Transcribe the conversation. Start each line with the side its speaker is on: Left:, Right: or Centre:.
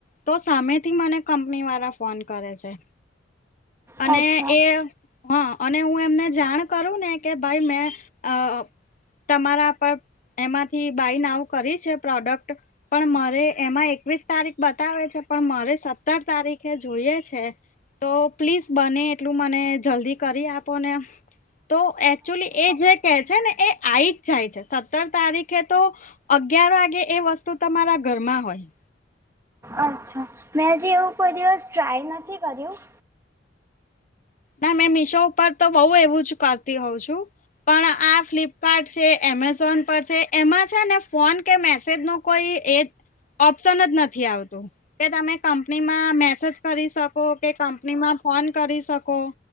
Left: તો સામેથી મને કંપની વાળા ફોન કરે છે. અને
Right: અચ્છા
Left: એ. હા અને હું એમને જાણ કરું ને કે ભાઈ મેં અ તમારા પણ એમાંથી બાય નાવ કરી છે પ્રોડક્ટ. પણ મારે એમાં એકવીસ તારીખ બતાવે છે પણ મારે સત્તર તારીખે જોઈએ છે. તો પ્લીઝ બને એટલું મને જલ્દી કરી આપોને. તો એકચુઅલી એ જે કહે છે ને એ આઈજ જાય છે. સત્તર તારીખે તો અગિયાર વાગે એ વસ્તુ તમારા ઘરમાં હોય.
Right: અચ્છા મેં હજી એવું કોઈ દિવસ ટ્રાય નથી કર્યું.
Left: ના મેં મીશો ઉપર તો બઉુ એવું જ કરતી હોઉં છું પણ આ ફ્લિપ કાર્ટ છે એમેઝોન પર છે એમાં છે ને ફોન કે મેસેજ નો કોઈ એ ઓપ્શન જ નથી આવતો. કે તમે કંપનીમાં મેસેજ કરી શકો કે કંપનીમાં ફોન કરી શકો.